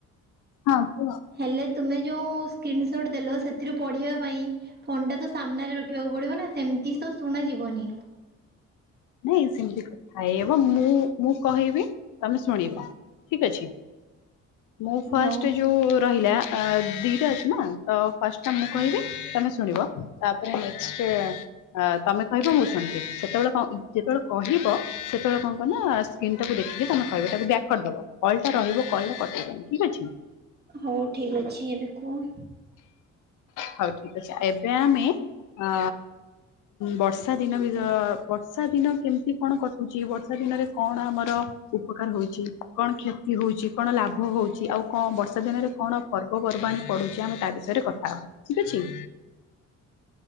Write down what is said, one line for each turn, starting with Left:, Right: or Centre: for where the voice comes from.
Left: ହଁ କୁହ?
Right: ହ୍ୟାଲୋ ତୁମେ ଯେଉଁ ସ୍କ୍ରିନସଟ୍ ଦେଲ ସେଥିରୁ ପଢ଼ିବା ପାଇଁ ଫୋନ ଟା ତ ସାମ୍ନାରେ ରଖିବାକୁ ପଡିବ ନା ସେମିତି ତ ଶୁଣାଯିବନି।
Left: ନାଇଁ ସେମିତି କଥା ହେଇହବ ମୁଁ ମୁଁ କହିବି ତମେ ଶୁଣିବ ଠିକ୍ ଅଛି। ମୁଁ ଫାଷ୍ଟ
Right: ହଉ
Left: ଯୋଉ ରହିଲା ଆ ଦିଟା ଅଛି ନା ତ ଫାଷ୍ଟ ଟା ମୁଁ କହିବି ତମେ ଶୁଣିବ ତାପରେ ନେକ୍ସଟ୍ ଅ ତମେ କହିବ ମୁଁ ଶୁଣିବି ସେତେବେଳେ କଅ ଯେତେବେଳେ କହିବ ସେତେବେଳେ କଣ କହ ନା ସ୍କ୍ରିିନ ଟାକୁ ଦେଖିକି ତମେ କହିବ ତାକୁ ବ୍ୟାକ୍ କରିଦେବ। କଲ୍ ଟା ରହିବ କଲ୍ ଟା କଟେଇବନି ଠିକ୍ ଅଛି।
Right: ହଉ ଠିକ୍ ଅଛି ଏବେ କୁହ?
Left: ହଉ ଠିକ୍ ଅଛି ଏବେ ଆମେ ଅ ବର୍ଷା ଦିନ ବି ଯ ବର୍ଷା ଦିନ କେମିତି କଣ କଟୁଛି ବର୍ଷା ଦିନରେ କଣ ଆମର ଉପକାର ହଉଛି କଣ କ୍ଷତି ହଉଛି କଣ ଲାଭ ହଉଛି ଆଉ କଣ ବର୍ଷା ଦିନରେ କଣ ପର୍ବପର୍ବାଣୀ ପଢୁଛି ଆମେ ତା ବିଷୟରେ କଥା ହବା ଠିକ୍ ଅଛି।